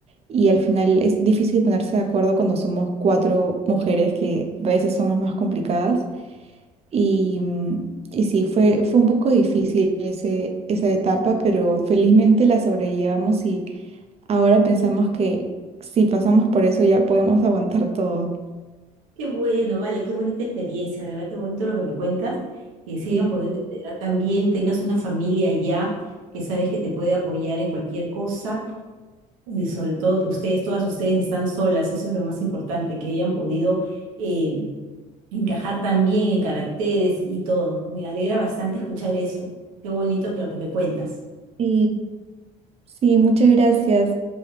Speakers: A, on the right; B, on the right.
A: Y al final es difícil ponerse de acuerdo cuando somos cuatro mujeres que a veces somos más complicadas. Y, mm, y sí, fue, fue un poco difícil ese, esa etapa, pero felizmente la sobrellevamos y ahora pensamos que si pasamos por eso ya podemos aguantar todo.
B: Qué bueno, vale, qué bonita experiencia, de verdad, qué bonito lo que me cuentas, que se
A: Sí,
B: hayan podido integrar también, tengas una familia allá que sabes que te puede apoyar en cualquier cosa, y sobre todo que ustedes, todas ustedes están solas, eso es lo más importante, que hayan podido eh, encajar también en caracteres y todo. Me alegra bastante escuchar eso. Qué bonito que lo que me cuentas.
A: sí, sí, muchas gracias.